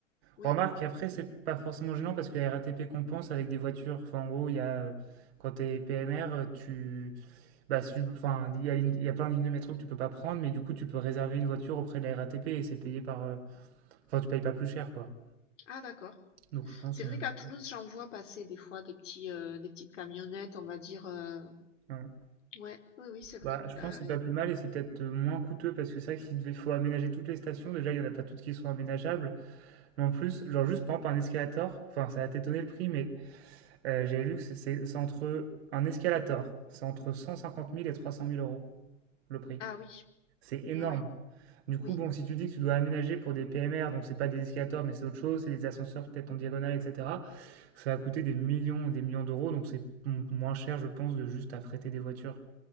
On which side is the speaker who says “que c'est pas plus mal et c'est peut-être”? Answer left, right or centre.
Right